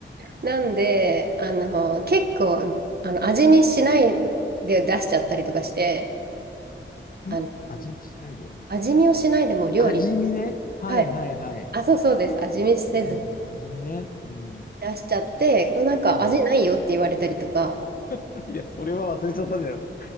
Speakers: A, on the right; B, on the left.
A: なんで、あの、結構、あの、味見しないで出しちゃったりとかして、あの、
B: ん味見しないで。
A: 味見をしないでもう料理、
B: 味見ね。はいはいはい。
A: はい。あ、そうそうです。味見せず
B: うん、味見ね。うん。
A: 出しちゃって、なんか味ないよって言われたりとか、
B: うん。<laughs> いや、それは忘れちゃったんだよ。